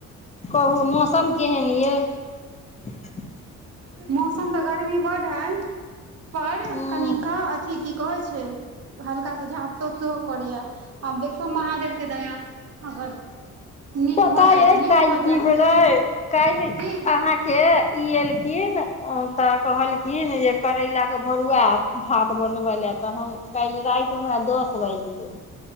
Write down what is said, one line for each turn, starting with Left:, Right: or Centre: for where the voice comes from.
Left: कहू मौसम केहन अछि।
Right: मौसम तऽ गर्मी बडड् अछि। पर
Left: हूँ
Right: कनिकेँ हल्का से झाँपू सबसँ <inaudible> करिया आ देखियो महादेवकेँ दया अगर नीक
Left: पता
Right: भऽ जाय
Left: अछि
Right: तऽ नीक
Left: काल्हि
Right: भऽ
Left: की
Right: जाय
Left: भेलैक काल्हि
Right: की
Left: अहाँ के ई अयलथिन। खिन तऽ कहलखिन जे करैलाकेँ भरुआ आ भात बनबय लए तऽ काल्हि राति हमरा दस बाजि गेल।